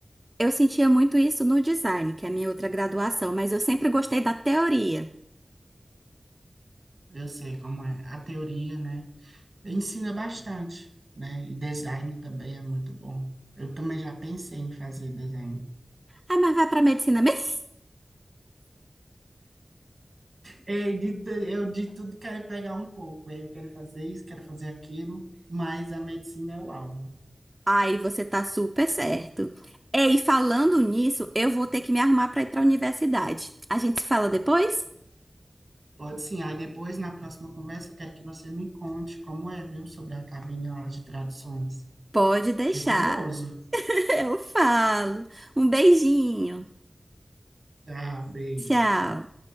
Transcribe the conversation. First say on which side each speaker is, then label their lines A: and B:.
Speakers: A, on the right; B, on the right.
A: Eu sentia muito isso no design, que é a minha outra graduação, mas eu sempre gostei da teoria.
B: Eu sei como é a teoria, né? Ensina bastante, né? E design também é muito bom. Eu também já pensei em fazer design.
A: Ah, mas vai para medicina mesmo?
B: Ei, de tu- eu de tudo quero pegar um pouco. Eu quero fazer isso, quero fazer aquilo, mas a medicina é o alvo.
A: <laughs> Ai, você tá super certo. Ei, falando nisso, eu vou ter que me arrumar para ir para a universidade. A gente se fala depois?
B: Pode sim. Aí depois, na próxima conversa, eu quero que você me conte como é, viu, sobre a cabine lá de traduções.
A: Pode deixar.
B: Fiquei curioso.
A: <laughs> Eu falo. Um beijinho.
B: Tchau, beijos.
A: Tchau.